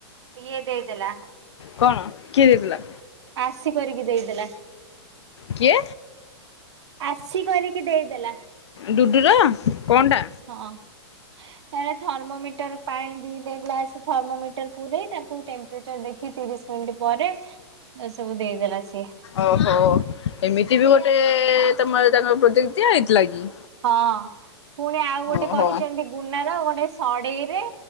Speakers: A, on the right; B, on the left.
A: ଇଏ ଦେଇଦେଲା।
B: କଣ କିଏ ଦେଇଥିଲା?
A: ଆସି କରିକି ଦେଇଦେଲା।
B: କିଏ?
A: ଆସି କରିକି ଦେଇଦେଲା
B: ଡୁଡୁର। ଫୋନ ଟା।
A: ହଁ। ତାର ଥର୍ମୋମିଟର ପାଇଁ ଦିଟା ଗ୍ଲାସ ଥର୍ମୋମିଟର ପୁରେଇ ତାଙ୍କୁ ଟେମ୍ପରେଚର ଦେଖି ତିରିଶ ମିନିଟ ପରେ ସବୁ ଦେଇଦେଲା ସି
B: ଓହୋ ଏମିତି ବି ଗୋଟେ ତମର ତାଙ୍କର ପ୍ରୋଜେକଟ ଦିଆହେଇଥିଲା କି?
A: ହଁ ପୁଣି ଆଉ ଗୋଟେ
B: ଓହୋ
A: କହିଚନ୍ତି ଗୁନାର ଗୋଟେ ସ ଡେଇରେ।